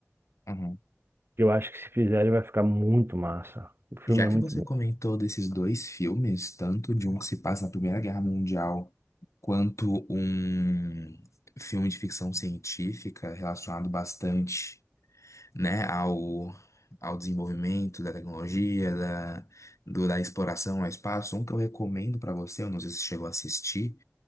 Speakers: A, on the left; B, on the right.
A: Uhum.
B: Eu acho que se fizerem vai ficar muito massa. O filme
A: Já
B: é
A: que
B: muito
A: você
B: bom.
A: comentou desses dois filmes, tanto de um que se passa na Primeira Guerra Mundial, quanto um filme de ficção científica relacionado bastante. né, ao, ao desenvolvimento da tecnologia, da, do- da exploração ao espaço. Um que eu recomendo para você, eu não sei se você chegou a assistir,